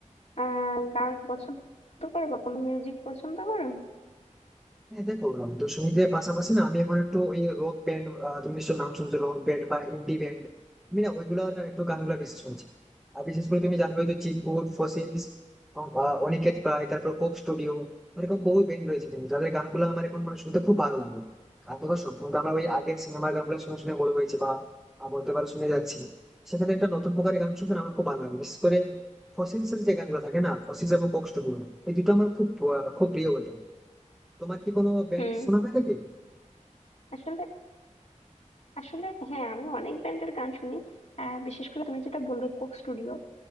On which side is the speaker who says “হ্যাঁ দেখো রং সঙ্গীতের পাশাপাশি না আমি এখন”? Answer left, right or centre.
Centre